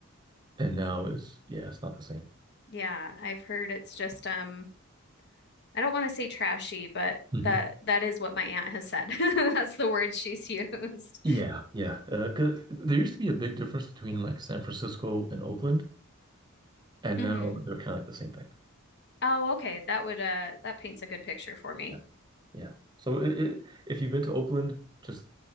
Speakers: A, on the right; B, on the left.
A: and now is yeah, it's not the same.
B: Yeah. I've heard it's just, um, I don't want to say trashy, but
A: hmm
B: that that is what my aunt has said. <laughs> That's the word she's used.
A: Yeah, yeah. Uh, 'cause there used to be a big difference between like San Francisco and Oakland, and
B: <laughs>
A: now they're kind of like the same thing.
B: Oh, okay. That would uh that paints a good picture for me.
A: Yeah, yeah. So it, it, if you've been to Oakland, just